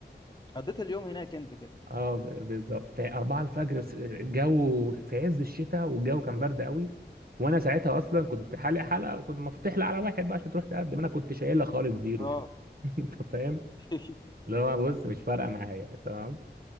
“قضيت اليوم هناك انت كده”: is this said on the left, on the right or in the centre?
Left